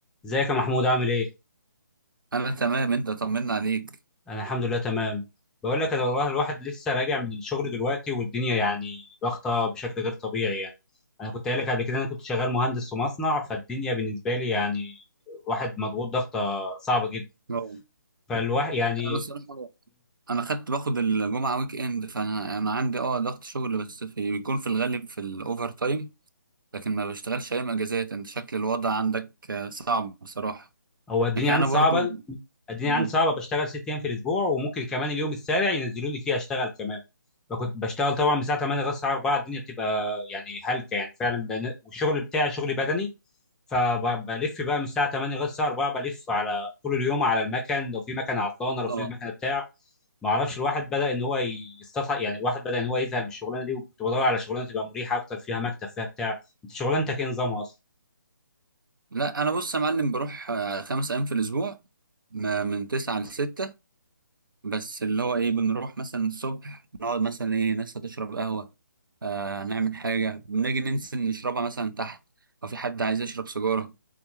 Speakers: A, in the centre; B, on the right (about 85°).
A: ازيك يا محمود عامل ايه؟
B: انا تمام انت طمنا عليك
A: انا الحمد لله تمام بقول لك انا والله الواحد لسه راجع من الشغل دلوقتي والدنيا يعني ضغطه بشكل غير طبيعي يعني انا كنت قايل لك قبل كده انا كنت شغال مهندس في مصنع فالدنيا بالنسبه لي يعني الواحد مضغوط ضغطه صعبه جدا
B: اه
A: فالواحد يعني
B: انا الصراحه انا خدت باخد الجمعه ويك اند فانا انا عندي اه ضغط شغل بس في بيكون في الغالب في الاوفر تايم لكن ما بشتغلش ايام اجازات انت شكل الوضع عندك آه، صعب بصراحه
A: هو الدنيا
B: لكن
A: عندي
B: انا
A: صعبه
B: برضو
A: الدنيا
B: مم.
A: عندي صعبه بشتغل ست ايام في الاسبوع وممكن كمان اليوم السابع ينزلوني فيه اشتغل كمان فكنت بشتغل طبعا من الساعه 8 لغايه الساعه 4 الدنيا بتبقى يعني هلكه يعني فعلا لأن- والشغل بتاعي شغل بدني فبلف بقى من الساعه 8 لغايه الساعه 4 بلف على طول اليوم على المكن لو في مكنه عطلانه لو
B: اه
A: في مكنه بتاع ما اعرفش الواحد بدا ان هو يستطع يعني الواحد بدا ان هو يزهق من الشغلانه دي وكنت بدور على شغلانه تبقى مريحه اكتر فيها مكتب فيها بتاع انت شغلانتك ايه نظامها اصلا
B: لا انا بص يا معلم بروح آه، خمس ايام في الاسبوع ما- من تسعة لستة بس اللي هو ايه بنروح مثلا الصبح نقعد مثلا ايه ناس هتشرب قهوة آه نعمل حاجة بنيجي ننسى نشربها مثلا تحت او في حد عايز يشرب سيجارة